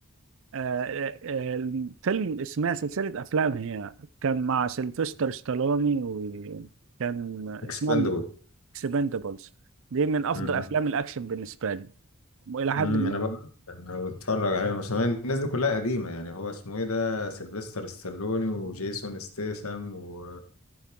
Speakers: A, on the right (about 65°); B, on the left (about 75°).
A: آه، آه، الفيلم اسمها سلسلة أفلام هي كان مع سيلفستر ستالوني وكان
B: اكسباندبل
A: اسمها اكسبندبلز دي من أفضل
B: امم
A: أفلام الأكشن بالنسبة لي وإلى
B: أمم،
A: حد ما
B: انا بقى انا بتفرج عليه بس أنا الناس دي كلها قديمه يعني هو اسمه ايه ده سيلفستر ستالوني وجيسون ستيسم و...